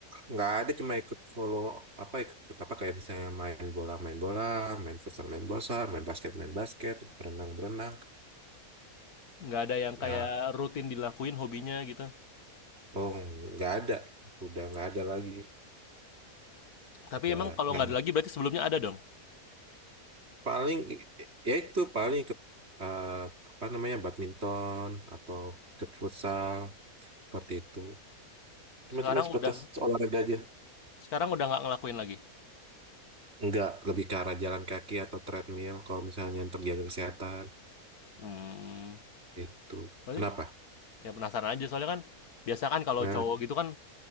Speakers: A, on the right (about 45°); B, on the left (about 85°).
A: nggak ada cuma ikut follow apa ikut apa kayak misalnya main bola main bola main futsal main futsal main basket main basket berenang berenang
B: Nggak ada yang
A: ya
B: kayak rutin dilakuin hobinya gitu.
A: oh nggak ada udah nggak ada lagi
B: Tapi
A: udah
B: emang kalau
A: nggak
B: nggak ada
A: ada.
B: lagi berarti sebelumnya ada dong.
A: paling i- ya itu paling ikut eh, apa namanya badminton atau ikut futsal seperti itu cuma-cuma
B: Sekarang
A: sebatas
B: udah
A: olahraga aja
B: sekarang udah nggak ngelakuin lagi.
A: Enggak, lebih ke arah jalan kaki atau treadmill kalau misalnya untuk jaga kesehatan
B: Hmm.
A: itu.
B: Berarti
A: Kenapa?
B: ya penasaran aja soalnya kan biasa kan kalau
A: Nah,
B: cowok gitu kan